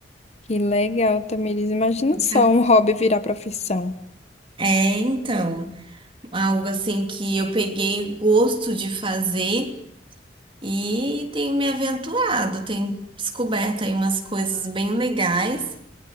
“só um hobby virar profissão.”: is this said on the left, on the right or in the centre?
Left